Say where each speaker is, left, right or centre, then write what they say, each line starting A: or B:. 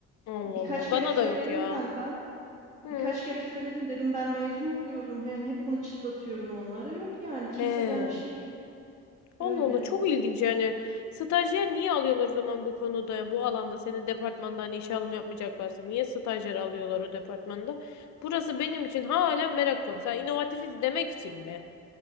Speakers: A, on the left; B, on the right.
A: Allah
B: Birkaç
A: Allah.
B: kere
A: Bana
B: söyledim
A: da yok ya.
B: kanka.
A: Hı.
B: Birkaç kere söyledim dedim ben mezun oluyorum. Yani hep bunu çıtlatıyorum onlara. Yok yani kimseden
A: He.
B: bir şey yok. Öyle.
A: Allah Allah çok ilginç yani. Stajyer niye alıyorlar o zaman bu konuda, bu alanda seni departmandan işe alım yapmayacaklarsa niye stajyer alıyorlar o departmanda? Burası benim için hala merak konusu. Ha, inovatifiz demek için mi?